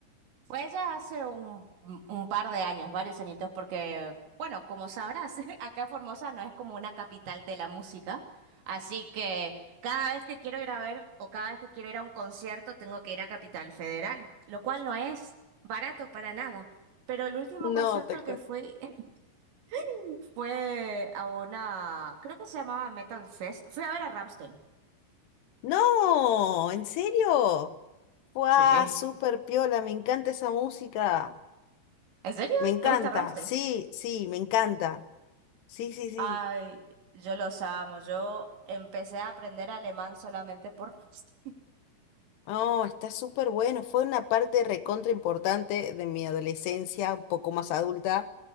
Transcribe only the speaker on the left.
No,
tal
cual.
No, ¿en serio? ¡Guau!
Súper piola, me encanta esa música.
Me encanta,
sí, sí, me encanta. Sí, sí, sí.
No, está súper bueno. Fue una parte recontra importante de mi adolescencia, un poco más adulta.